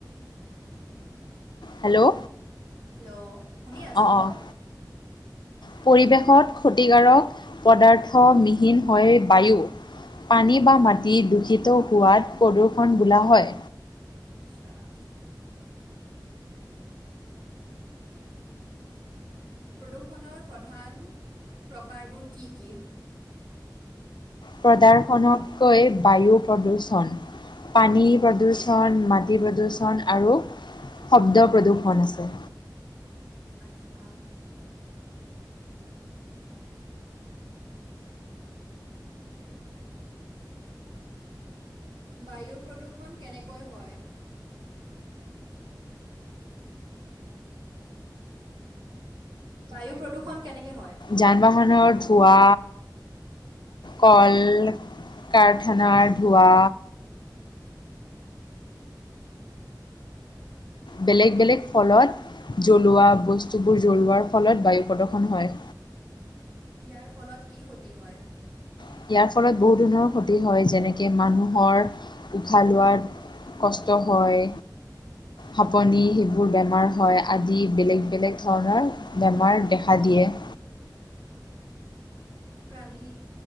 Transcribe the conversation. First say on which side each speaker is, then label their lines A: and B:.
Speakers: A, on the left (about 75°); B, on the right (about 75°).
A: হেল্ল',
B: হেল্ল', শুনি আছোঁ
A: অ',
B: কওক।
A: অ, পৰিৱেশত পদাৰ্থবিহীন হয় বায়ু। পানী বা মাটি দূষিত হোৱাত প্ৰদূৰ্ষণ বোলা হয়।
B: আচ্ছা', প্ৰদূৰ্ষণৰ প্ৰধান প্ৰকাৰবোৰ কি কি?
A: প্ৰদাশনতকৈ বায়ু প্ৰদূষণ, পানীৰ প্ৰদূষণ, <unintelligible> <unintelligible> আৰু শব্দ প্ৰদূষণ আছে।
B: আচ্ছা', বায়ু প্ৰদূৰষণ কেনেকৈ হয়। বায়ু প্ৰদূষণ কেনেকে হয়?
A: যান বাহনৰ ধোৱা, কল কাৰথানাৰ ধোৱা। বেলেগ বেলেগ ফলত জ্বলোৱা বস্তুবোৰ জ্বলোৱাৰ ফলত বায়ু প্ৰদূ্ষণ হয়।
B: ইয়াৰ ফলত কি ক্ষতি হয়?
A: ইয়াৰ ফলত বহু ধৰণৰ ক্ষতি হয়। যেনেকে মানুহৰ উঘাহ লোৱাত কষ্ট হয়। সেইবোৰ বেমাৰ হয়, আদি বেলেগ বেলেগ ধৰণৰ বেমাৰ দিয়ে দেখা।
B: প্ৰাণী